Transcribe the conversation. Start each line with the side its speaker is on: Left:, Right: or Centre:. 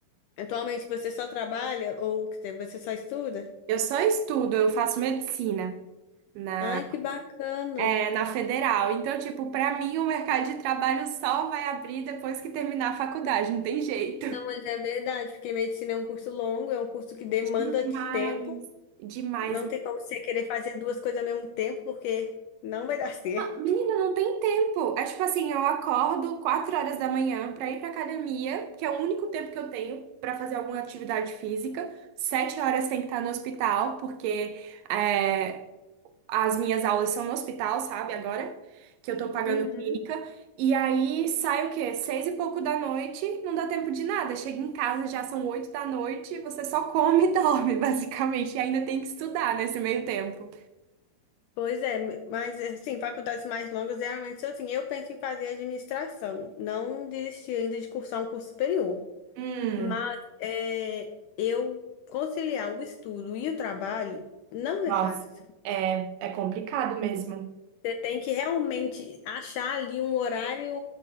Left: Atualmente você só trabalha ou quer dizer, você só estuda?
Right: Eu só estudo, eu faço medicina na,
Left: Ai, que bacana.
Right: é, na federal. Então, tipo, pra mim o mercado de trabalho só vai abrir depois que terminar a faculdade, não tem jeito.
Left: Não, mas é verdade, porque medicina é um curso longo, é um curso que demanda
Right: Demais.
Left: de tempo.
Right: Demais.
Left: Não tem como você querer fazer duas coisas ao mesmo tempo, porque não vai dar <laughs> certo.
Right: Menina, não tem tempo. É tipo assim, eu acordo 4 horas da manhã pra ir pra academia, que é o único tempo que eu tenho pra fazer alguma atividade física. 7 horas tem que estar no hospital, porque é, as minhas aulas são no hospital, sabe? Agora que eu tô pagando
Left: Uhum.
Right: clínica. E aí sai o quê? Seis e pouco da noite, não dá tempo de nada. Chega em casa, já são 8 da noite, você só come e <laughs> dorme, basicamente. E ainda tem que estudar nesse meio tempo.
Left: Pois é, mas assim, faculdades mais longas geralmente são assim. Eu penso em fazer administração, não desisti ainda de cursar um curso superior,
Right: Hum.
Left: mas é, eu conciliar o estudo e o trabalho não
Right: Nossa,
Left: é fácil.
Right: é, é complicado mesmo.
Left: Você tem que realmente achar ali um horário